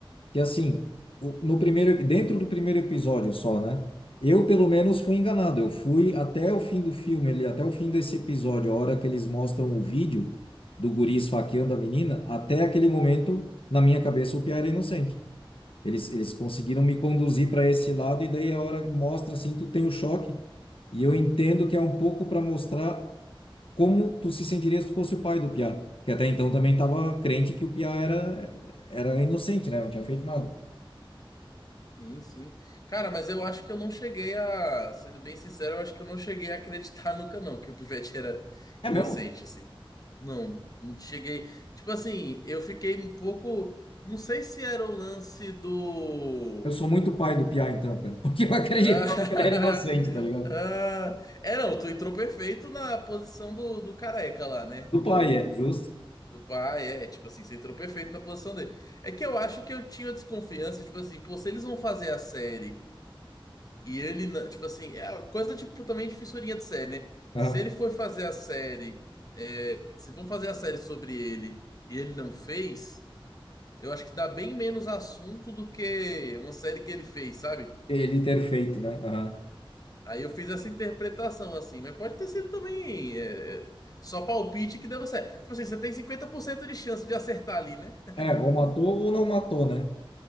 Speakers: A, on the left; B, on the left.
A: que assim, o- no primeiro, dentro do primeiro episódio só, né? Eu, pelo menos, fui enganado. Eu fui até o fim do filme, ali, até o fim desse episódio, a hora que eles mostram o vídeo do guri esfaqueando a menina, até aquele momento, na minha cabeça, o Piá era inocente. Eles, eles conseguiram me conduzir para esse lado, e daí a hora mostra assim, tu tem o choque. E eu entendo que é um pouco para mostrar como tu se sentirias se tu fosse o pai do Piá? Que até então também estava crente que o Piá era, era inocente, né? Não tinha feito nada.
B: Sim, sim. Cara, mas eu acho que eu não cheguei a, sendo bem sincero, eu acho que eu não cheguei a acreditar <laughs> nunca não que o Pivete era
A: É
B: inocente
A: mesmo?
B: assim. Não, não cheguei. Tipo assim, eu fiquei um pouco, não sei se era o lance do
A: Eu sou muito pai do Piá, então, cara. Porque eu <laughs> acreditava
B: Ah,
A: que ele era inocente, tá ligado?
B: <laughs> ah. É, não, tu entrou perfeito na posição do, do careca lá, né?
A: Do
B: Do
A: pai, é, justo.
B: Do pai, é, tipo assim, você entrou perfeito na posição dele. É que eu acho que eu tinha desconfiança, tipo assim, pô, se eles vão fazer a série E ele, na- tipo assim, é uma coisa tipo também de fissurinha de série, né?
A: Aham.
B: Se ele for fazer a série, se vão fazer a série sobre ele e ele não fez, eu acho que dá bem menos assunto do que uma série que ele fez, sabe?
A: Ele ter feito, né? Aham.
B: Aí eu fiz essa interpretação assim, mas pode ter sido também é, é, só palpite que deu certo. Tipo assim, você tem 50% de chance de acertar ali, né?
A: É, ou matou ou não matou, né?